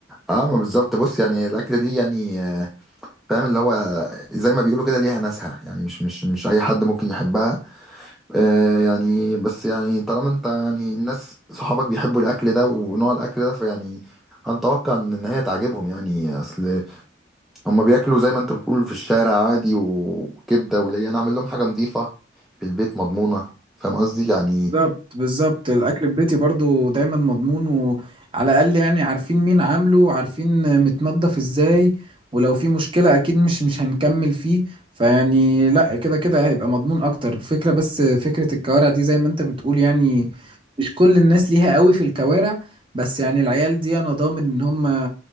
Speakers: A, in the centre; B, on the right.
A: اه ما بالظبط بص يعني الأكلة دي يعني آه، فاهم اللي هو زي ما بيقولوا كده ليها ناسها يعني مش مش مش اي حد ممكن يحبها آه يعني بس يعني طالما انت يعني الناس صحابك بيحبوا الاكل ده ونوع الاكل ده فيعني هنتوقع ان إن هي تعجبهم يعني اصل هما بياكلوا زي ما انت بتقول في الشارع عادي وكبده وليا انا اعمل لهم حاجه نظيفه في البيت مضمونه فاهم قصدي يعني
B: بالظبط بالظبط الاكل في بيتي برضو دايما مضمون وعلى الاقل يعني عارفين مين عامله عارفين متنضف ازاي ولو في مشكلة اكيد مش مش هنكمل فيه فيعني لا كده كده هيبقى مضمون اكتر الفكرة بس فكرة الكوارع دي زي ما انت بتقول يعني مش كل الناس ليها قوي في الكوارع بس يعني العيال دي انا ضامن ان هم